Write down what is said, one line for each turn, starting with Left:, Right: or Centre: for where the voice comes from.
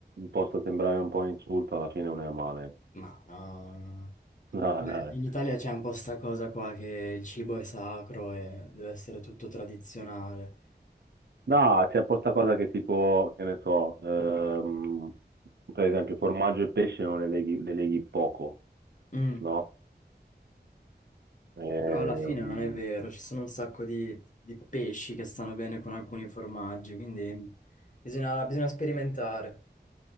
Right: possa sembrare un po' un insulto, alla fine non è male.
Left: Ma no.
Right: No,
Left: Cioè,
Right: dai.
Left: In Italia c'è un po' sta cosa qua che il cibo è sacro e deve essere tutto tradizionale.
Right: No, c'è posta cosa che tipo, che ne so, ehm, per esempio formaggio e pesce non le leghi, le leghi poco,
Left: Mm.
Right: no? Ehm,
Left: Però alla fine non è vero, ci sono un sacco di, di pesci che stanno bene con alcuni formaggi, quindi bisogna, bisogna sperimentare.